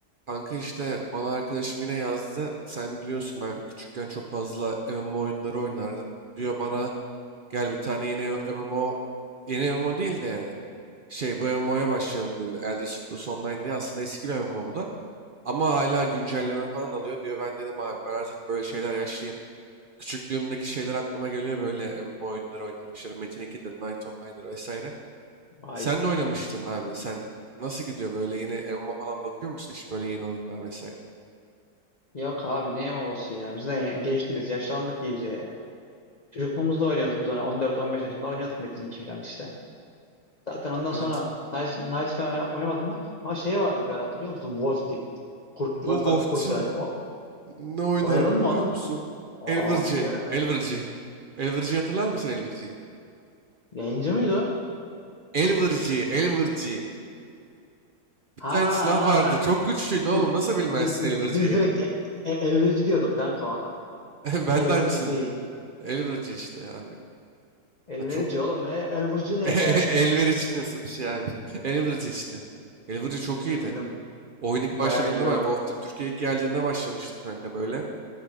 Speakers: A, on the right; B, on the left.
A: Kanka işte bana arkadaşım yine yazdı. Sen biliyorsun ben küçükken çok fazla MMO oyunları oynardım. Diyor bana gel bir tane yeni MMO, yeni MMO değil de yani. Şey bu MMO'ya başlayalım diyor bile. Elder Scrolls Online diye aslında eski bir MMO bu da. Ama hala güncelleme falan alıyor diyor. Ben dedim abi ben artık böyle şeyler yaşlıyım. Küçüklüğümdeki şeyler aklıma geliyor böyle MMO oyunları oynamışlar. Metin 2'dir, Knight Online'dır vesaire.
B: Vay
A: Sen
B: be.
A: de oynamıştın abi. Sen nasıl gidiyor böyle yeni MMO falan bakıyor musun hiç böyle yeni oyunlar vesaire?
B: Yok abi ne MMO'su ya. Bizden ya- geçti biz. Yaşlandık iyice yani. Çocukluğumuzda oynuyorduk biz hani 14-15 yaşında oynuyorduk Metin iki falan işte. Zaten ondan
A: Evet.
B: sonra Knight, Knight falan oynamadım ben. Ama şey vardı bir ara hatırlıyor musun? Wolf Team. Kurt,
A: Of of
B: kurt
A: Tim
B: yani. O,
A: ne oynardım
B: oynadın mı
A: biliyor
B: onu?
A: musun?
B: Abi
A: Elvırcı,
B: ya.
A: Elvırcı. Elvırcı hatırlar mısın Elvırcı'yı?
B: Yayıncı mıydı o?
A: Elvırcı, Elvırcı. Bir
B: Ha
A: tane silah
B: ha
A: vardı.
B: ha.
A: Çok güçlüydü oğlum.
B: Biz
A: Nasıl bilmezsin
B: biz
A: Elvırcı'yı?
B: biz direkt e- e- elverici diyorduk kanka ona.
A: <laughs> Ben
B: Elverici
A: de aynısını.
B: değil.
A: Elvırcı işte abi.
B: Elverici
A: Ha, çok
B: oğlum. E- elverici ne
A: <laughs>
B: ya?
A: elverici nasıl bir şey abi? <laughs> Elvırcı işte. Elvırcı çok
B: Bildim
A: iyiydi.
B: bildim.
A: Oyun ilk
B: Bayağı
A: başladığında
B: iyiydi
A: ben
B: o.
A: Wolf Team Türkiye'ye ilk geldiğinde başlamıştım kanka böyle.